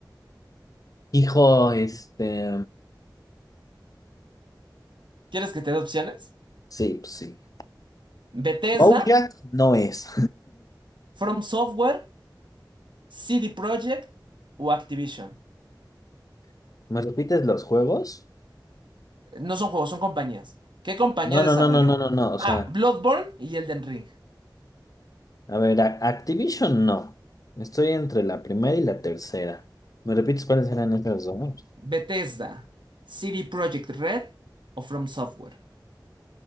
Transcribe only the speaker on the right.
¿Quieres que te dé opciones?
¿Bethesda,
From Software, CD Projekt o Activision?
No son juegos, son compañías. ¿Qué compañía
desarrolló?
Ah,
Bloodborne y Elden Ring.
¿Bethesda, CD Projekt Red o From Software?